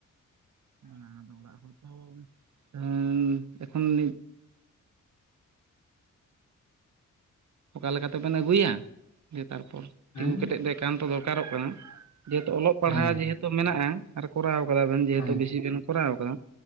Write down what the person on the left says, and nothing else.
ᱦᱮᱸ
ᱦᱮᱸ
ᱦᱮᱸ